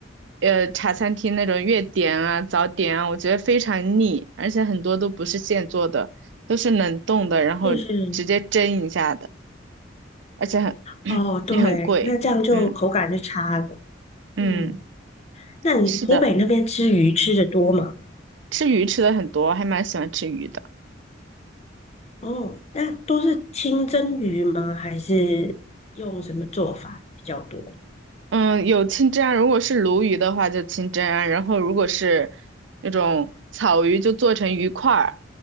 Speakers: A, on the right; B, on the left.
A: 呃，茶餐厅那种粤点啊、早点啊，我觉得非常腻，而且很多都不是现做的，都是冷冻的，然后直接蒸一下的，
B: 是是，
A: 而且很
B: 哦，
A: <clears throat>
B: 对，
A: 也很贵。
B: 那这样就口感就差了。
A: 嗯嗯，
B: 嗯，那你湖北那边吃鱼吃的多吗？
A: 是的，吃鱼吃的很多，还蛮喜欢吃鱼的。
B: 哦，那都是清蒸鱼吗？还是用什么做法比较多？
A: 嗯，有清蒸啊，如果是鲈鱼的话就清蒸啊，然后如果是那种草鱼就做成鱼块儿，